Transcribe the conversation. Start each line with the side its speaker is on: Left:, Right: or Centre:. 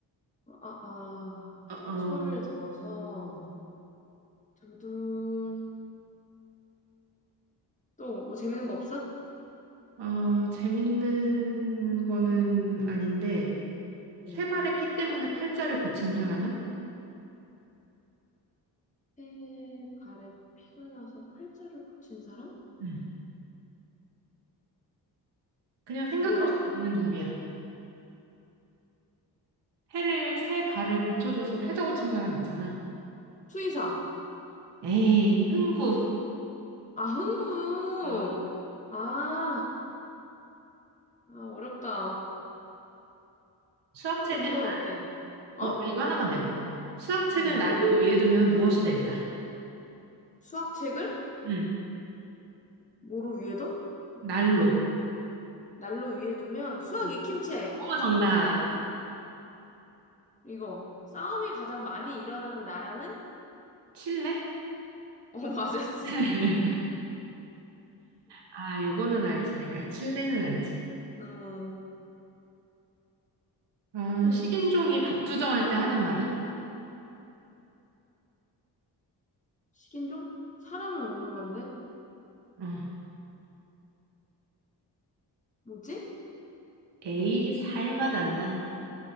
Left: 아, 아, 아.
Right: 어, 어,
Left: 철을 들어서, 두둔. 또, 뭐 재밌는 거 없어?
Right: 어, 재밌는 거는 아닌데, 세
Left: 응.
Right: 발의 피 때문에 팔자를 고친 사람은?
Left: 새 발에 피가 나서 팔자를 고친 사람?
Right: 음. 그냥 생각할
Left: 뭐야?
Right: 수 있는 답이야. 해를, 세 발을 고쳐줘서 팔자 고친 사람 있잖아.
Left: 수의사.
Right: 에이, 흥부.
Left: 아, 흥부.
Right: 어.
Left: 아, 아, 어렵다.
Right: 수학책을,
Left: 그럼 이건 어때? 어?
Right: 어, 나 이거 하나만 내고. 수학책을
Left: 응.
Right: 난로 위에 두면 무엇이 될까?
Left: 수학책을
Right: 음.
Left: 뭐로 위에 둬?
Right: 난로.
Left: 날로 위에 두면 수학
Right: 음.
Left: 익힘책.
Right: 어, 정답.
Left: 이거. 싸움이 가장 많이 일어나는 나라는?
Right: 칠레?
Left: 어, <laughs> 맞았어.
Right: <laughs> 아, 요거는 알지, 내가. 칠레는 알지.
Left: 음,
Right: 아,
Left: 또
Right: 식인종이
Left: 뭐 있어?
Right: 밥투정할 때 하는 말은?
Left: 식인종? 사람을 먹는 건데?
Right: 응.
Left: 뭐지?
Right: 에이, 살맛 안 나.